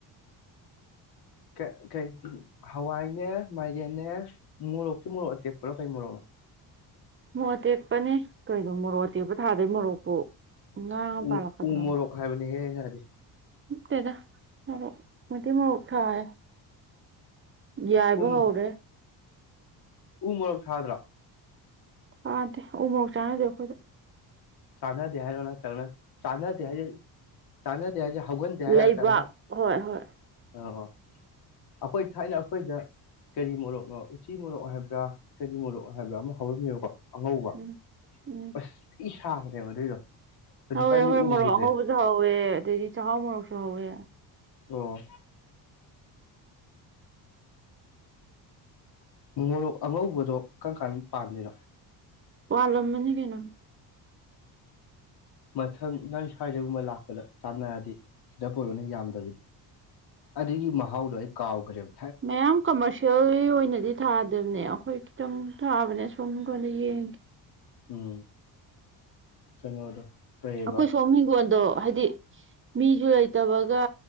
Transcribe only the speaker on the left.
ꯀꯩ ꯀꯩ ꯍꯋꯥꯏꯅꯦ ꯃꯥꯏꯔꯦꯟꯅꯦ ꯃꯣꯔꯣꯛꯇꯤ ꯃꯣꯔꯣꯛ ꯑꯇꯦꯛꯄꯔꯣ ꯀꯩ ꯃꯣꯔꯣꯛ
ꯎ ꯎ ꯃꯣꯔꯣꯛ ꯍꯥꯏꯕꯅꯤꯍꯦ ꯑꯩꯅ ꯍꯥꯏꯗꯤ
ꯎ
ꯎ ꯃꯣꯔꯣꯛ ꯊꯥꯗ꯭ꯔꯣ
ꯆꯥꯟꯅꯗꯦ ꯍꯥꯏꯔꯣ ꯅꯠꯇꯔꯒꯅ ꯆꯥꯟꯅꯗꯦ ꯍꯥꯏꯖꯦ ꯆꯥꯟꯅꯗꯦ ꯍꯥꯏꯖꯦ ꯍꯧꯒꯟꯗꯦ
ꯍꯥꯏꯔꯥ ꯅꯠꯇꯔꯒꯅ
ꯑꯣ ꯑꯈꯣꯏ ꯊꯥꯏꯅ ꯑꯩꯈꯣꯏꯗ ꯀꯔꯤ ꯃꯣꯔꯣꯛꯅꯣ ꯎꯆꯤ ꯃꯣꯔꯣꯛ ꯍꯥꯏꯕ꯭ꯔꯥ ꯀꯔꯤ ꯃꯣꯔꯣꯛ ꯍꯥꯏꯕ꯭ꯔꯥ ꯑꯃ ꯍꯧꯔꯝꯃꯦꯕꯀꯣ ꯑꯉꯧꯕ
ꯑꯁ ꯊꯤ ꯁꯥꯕꯅꯦꯕ ꯑꯗꯨꯏꯗꯣ ꯍꯧꯖꯤꯛꯀꯥꯟꯗꯤ
ꯎꯈꯤꯗ꯭ꯔꯦ
ꯑꯣ ꯃꯣꯔꯣꯛ ꯑꯉꯧꯕꯗꯣ ꯀꯔꯝ ꯀꯥꯟꯗ ꯄꯥꯟꯗꯨꯏꯅꯣ
ꯃꯊꯪ ꯅ‌ꯣꯏ ꯁ꯭ꯋꯥꯏꯗꯒꯨꯝꯕ ꯂꯥꯛꯄꯗ ꯆꯥꯟꯅꯔꯗꯤ ꯈꯤꯇ ꯄꯣꯔꯑꯣꯅꯦ ꯌꯥꯝꯗꯕꯤ ꯑꯗꯨꯒꯤ ꯃꯍꯥꯎꯗꯣ ꯑꯩ ꯀꯥꯎꯒ꯭ꯔꯦꯕ
ꯎꯝ ꯀꯩꯅꯣꯗꯣ ꯀꯩꯕ